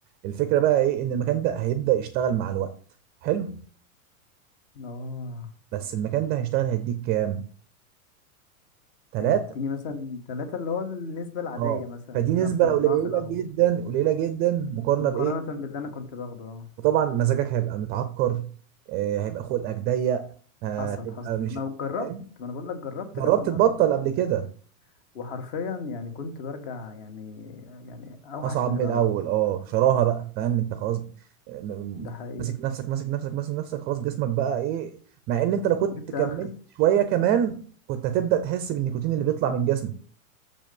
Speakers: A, on the right; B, on the left.
A: الفكره بقى ايه ان المكان ده هيبدا يشتغل مع الوقت حلو
B: اه
A: بس المكان ده هيشتغل هيديك كام ثلاثة
B: هيديني مثلا ثلاثة اللي هو النسبة العادية
A: اه
B: مثلا
A: فدي نسبه
B: احنا افترضناها
A: قليله
B: في الاول
A: جدا قليله جدا مقارنه
B: مقارنة
A: بايه
B: باللي انا كنت باخده اه
A: فطبعا مزاجك هيبقى متعكر آه، هيبقى خلقك ضيق هتبقى
B: حصل حصل
A: مش
B: ما انا جربت
A: فاهم
B: ما انا بقول لك جربت
A: جربت
B: كذا مرة
A: تبطل
B: برضه
A: قبل كده
B: وحرفيا يعني كنت برجع يعني يعني اوحش
A: اصعب
B: من
A: من
B: الاول
A: الاول اه شراها بقى فاهم انت خلاص م- م-
B: ده حقيقي
A: ماسك نفسك ماسك نفسك ماسك نفسك خلاص جسمك بقى ايه مع ان انت لو كنت
B: جبت
A: كملت
B: اخري
A: شويه كمان كنت هتبدا تحس بالنيكوتين اللي بيطلع من جسمك